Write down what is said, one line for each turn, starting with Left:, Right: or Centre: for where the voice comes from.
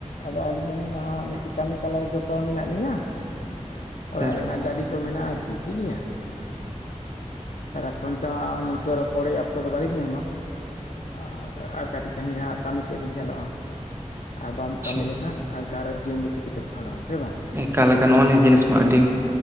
Left: ᱟᱫᱚ ᱟᱹᱞᱤᱧ ᱟᱹᱞᱤᱧ ᱢᱟ ᱦᱟᱜ ᱢᱤᱫᱴᱮᱱ ᱠᱟᱹᱢᱤ ᱛᱟᱞᱟ ᱨᱮ ᱡᱚᱯᱲᱟᱣ ᱢᱮᱱᱟᱜ ᱞᱤᱧᱟ ᱚᱲᱟᱜ
Right: ᱥᱮ
Left: ᱨᱮᱱᱟᱜ ᱜᱟᱹᱰᱤᱼᱼ ᱠᱚ ᱢᱮᱱᱟᱜ-ᱟ ᱟᱨᱠᱤ ᱴᱷᱤᱠ ᱜᱮᱭᱟ᱾ ᱥᱟᱨᱟ ᱠᱷᱚᱱ ᱛᱚ ᱱᱤᱝᱠᱟᱹ ᱨᱚᱯᱚᱲ ᱨᱮᱭᱟᱜ ᱚᱠᱛᱚ ᱫᱚ ᱵᱟᱹᱞᱤᱧ ᱧᱟᱢᱟ᱾ ᱟᱨ ᱟᱨ ᱠᱟᱹᱴᱤᱡ ᱠᱷᱟᱱ ᱜᱮ ᱦᱟᱸᱜ ᱠᱟᱹᱢᱤ ᱥᱮᱫ ᱞᱤᱧ ᱥᱮᱱᱚᱜᱼᱟ᱾ ᱟᱨ ᱵᱟᱢ
Right: ᱟᱪᱪᱷᱟ
Left: ᱠᱟᱹᱢᱤ ᱞᱮᱠᱷᱟᱱ ᱟᱨ ᱜᱷᱟᱨᱚᱧᱡᱽ ᱡᱤᱭᱚᱱ ᱫᱚ ᱪᱤᱠᱟᱹᱛᱮᱢ ᱠᱷᱟᱸᱰᱟᱣᱟ ᱥᱮ ᱵᱟᱝ?
Right: ᱮᱠᱟᱞ ᱮᱠᱟᱞ ᱱᱚᱜᱼᱚ ᱱᱤᱭᱟᱹ ᱡᱤᱱᱤᱥ ᱢᱟ ᱟᱹᱰᱤ